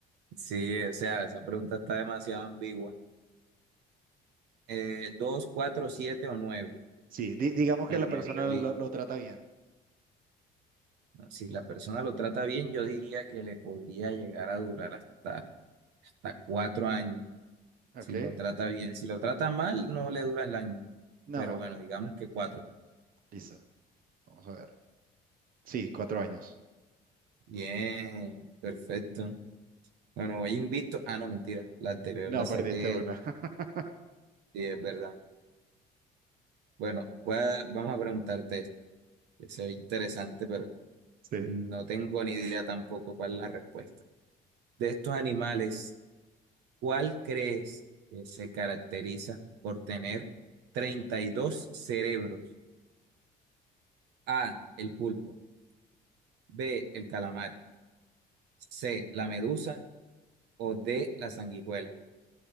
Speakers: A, on the right; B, on the right.
A: sí, o sea, esa pregunta está demasiado ambigua. Eh, ¿dos, cuatro, siete o nueve?
B: Sí, di- digamos
A: Bueno,
B: que la persona
A: me voy.
B: lo, lo trata bien.
A: Si la persona lo trata bien, yo diría que le podría llegar a durar hasta, hasta cuatro años.
B: Ok.
A: Si lo trata bien, si lo trata mal, no le dura el año.
B: No,
A: Pero bueno, digamos que cuatro.
B: listo. Vamos a ver. Sí, cuatro años.
A: Bien, perfecto. Bueno, hoy invito. Ah, no, mentira. La anterior
B: No,
A: la saqué.
B: perdiste una. <laughs>
A: Sí, es verdad. Bueno, voy a- vamos a preguntarte esto, que se ve interesante, pero
B: Sí.
A: no tengo ni idea tampoco cuál es la respuesta. De estos animales, ¿Cuál crees que se caracteriza por tener 32 cerebros? A, el pulpo, B, el calamar, C, la medusa o D, la sanguijuela.